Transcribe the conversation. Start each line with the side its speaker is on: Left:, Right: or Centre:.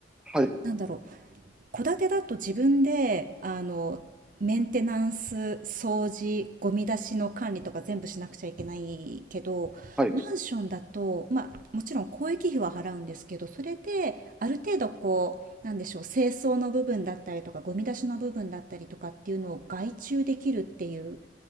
Centre: はい、
Right: なんだろう、戸建てだと自分で、あの、メンテナンス、掃除、ゴミ出しの管理とか全部しなくちゃいけないけど、
Centre: はい。
Right: マンションだと、まあ、もちろん公益費は払うんですけど、それで、ある程度こう、なんでしょう、清掃の部分だったりとか、ゴミ出しの部分だったりとかっていうのを外注できるっていう